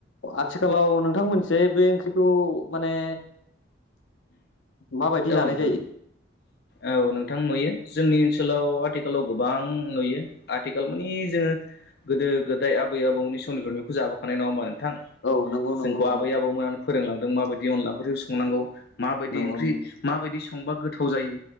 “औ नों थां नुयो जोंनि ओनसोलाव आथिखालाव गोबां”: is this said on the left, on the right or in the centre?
Left